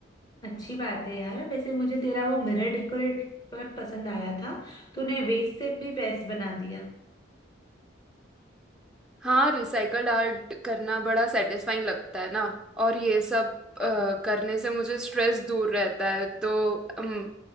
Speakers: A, on the left; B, in the centre.
A: अच्छी बात है यार वैसे मुझे तेरा वो मिरर डेकोरेट पर पसंद आया था तूने वेस्ट से भी बेस्ट बना दिया
B: हाँ रिसाइकल्ड आर्ट करना बड़ा सेटिस्फाइंग लगता है ना और ये सब अ, करने से मुझे स्ट्रेस दूर रहता है तो अम,